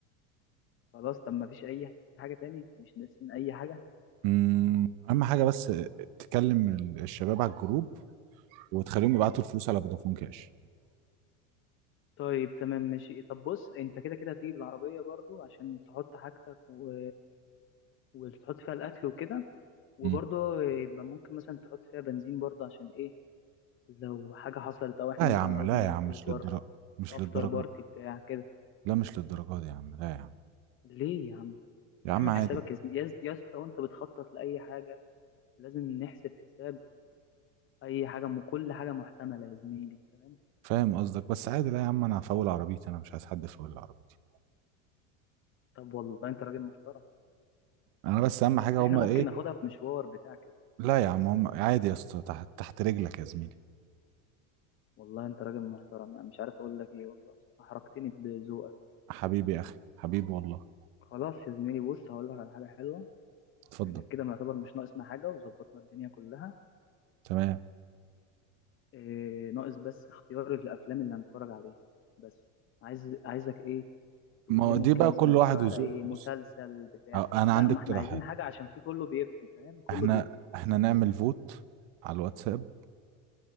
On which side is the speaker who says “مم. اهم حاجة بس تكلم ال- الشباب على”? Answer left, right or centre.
Right